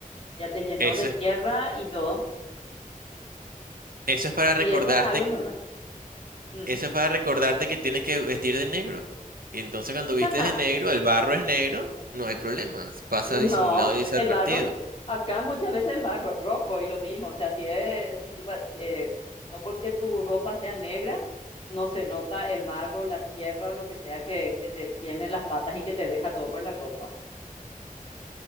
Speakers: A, on the left; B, on the right.
A: Ya te llenó
B: Eso
A: de
B: es,
A: tierra y todo.
B: eso es para recordarte
A: Y eso es algo normal. Mm.
B: Eso es para recordarte que tienes que vestir de negro. Y entonces cuando
A: <laughs>
B: vistes de negro, el barro es negro, no hay problema. Pasa
A: No,
B: disimulado y desadvertido.
A: el barro, acá muchas veces el barro es rojo y lo mismo, o sea, si es, si tú, pa- eh, no porque tu ropa sea negra, no se nota el barro, la tierra o lo que sea que, que te tiene en las patas y que te deja todo por la ropa.